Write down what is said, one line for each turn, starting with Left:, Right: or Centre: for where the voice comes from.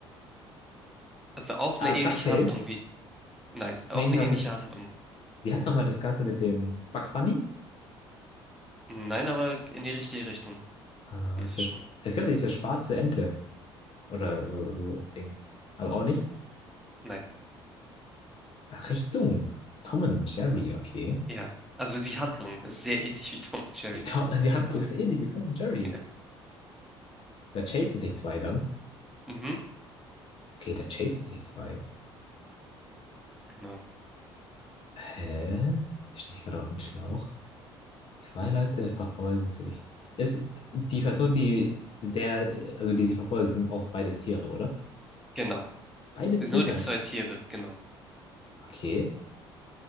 Centre: Also auch
Left: Ah,
Centre: eine
Left: DuckTales?
Centre: ähnliche Handlung wie. Nein, auch
Left: Nee,
Centre: eine
Left: ich dachte
Centre: ähnliche
Left: jetzt.
Centre: Handlung.
Left: Wie heißt nochmal das Ganze mit dem Bugs Bunny?
Centre: Nein, aber in die richtige Richtung
Left: Ah,
Centre: gehst
Left: okay.
Centre: du schon mal.
Left: Es gab ja diese schwarze Ente. Oder so, so ein Ding. Aber auch nicht.
Centre: Nein.
Left: Ach, Richtung. Tom und Jerry, okay.
Centre: Ja. Also die Handlung ist sehr ähnlich wie Tom und Jerry.
Left: Die, To- <laughs> die Handlung ist ähnlich wie Tom und Jerry.
Centre: <laughs> Ja.
Left: Da chasen sich zwei dann.
Centre: Mhm.
Left: Okay, da chasen sich zwei.
Centre: Genau.
Left: Hä? Stehe ich gerade auf den Schlauch? Zwei Leute verfolgen sich. Ist die Person, die der, also die sie verfolgen, sind auch beides Tiere, oder?
Centre: Genau.
Left: Beides
Centre: Nur
Left: Tiere.
Centre: die zwei Tiere, genau.
Left: Okay.